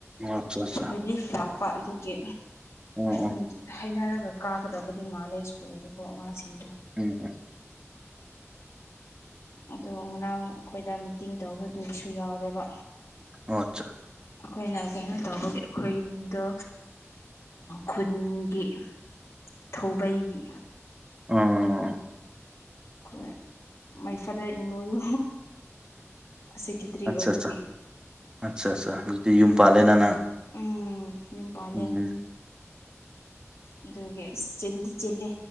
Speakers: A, on the right; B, on the left.
A: ꯑꯆꯥ <unintelligible>
B: ꯔꯤꯂꯤꯐ ꯂꯥꯛꯄ ꯑꯗꯨꯒꯤ
A: ꯎꯝ ꯎꯝ
B: ꯃꯣꯏꯗꯤ ꯍꯩꯅꯔꯒ ꯀꯥꯒꯗꯕꯗꯤ ꯃꯥꯜꯂꯦ ꯁ꯭ꯀꯨꯜꯗꯀꯣ ꯑꯉꯥꯡꯁꯤꯡꯗꯣ
A: ꯎꯝ ꯎꯝ
B: ꯑꯗꯨ ꯉꯔꯥꯡ ꯑꯩꯈꯣꯏꯗ ꯃꯤꯇꯤꯡ ꯇꯧꯕꯗꯨꯒꯤꯁꯨ ꯌꯥꯎꯔꯦꯕ
A: ꯑꯣ ꯑꯠꯆꯥ
B: ꯑꯩꯈꯣꯏꯅ ꯀꯩꯅꯣ ꯇꯧꯕꯒꯤ ꯑꯩꯈꯣꯏ ꯌꯨꯝꯗꯣ ꯈꯨꯟꯒꯤ ꯊꯧꯕꯩꯒꯤ
A: ꯑꯣ
B: ꯈꯣꯏ ꯃꯩ ꯐꯗꯔ ꯏꯜꯂꯣꯗꯣ ꯁꯤꯀꯤꯇ꯭ꯔꯤ
A: ꯑꯠꯆꯥ
B: ꯑꯣꯏꯕꯒꯤ
A: ꯑꯠꯆꯥ ꯑꯠꯆꯥ ꯑꯠꯆꯥꯥ ꯑꯗꯨꯗꯤ ꯌꯨꯝ ꯄꯥꯜꯂꯦꯅ ꯅꯪ
B: ꯎꯝ ꯌꯨꯝ ꯄꯥꯜꯂꯦ
A: ꯎꯝ
B: ꯑꯗꯨꯒꯤ ꯆꯤꯟꯗꯤ ꯆꯤꯜꯂꯦ